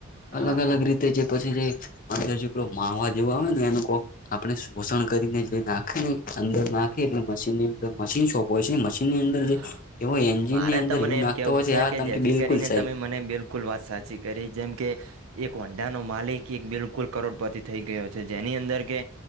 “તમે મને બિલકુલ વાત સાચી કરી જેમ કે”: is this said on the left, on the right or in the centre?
Right